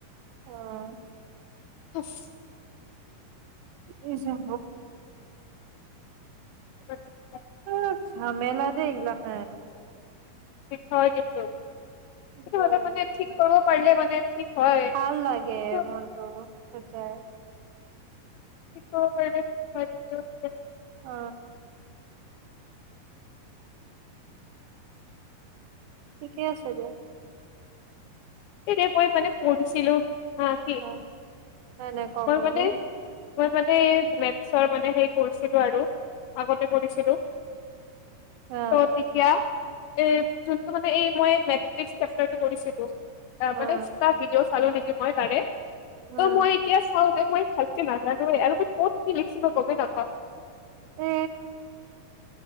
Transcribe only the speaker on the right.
অ',
এইছ অ
অ জেমলা লা হ
বহুত
ভাল লাগে
মনটো সঁচাই
অ ঠিকেই আছে দিয়ক
অ নাই নাই কও
কও
কি
আহ
আহ
উম
এ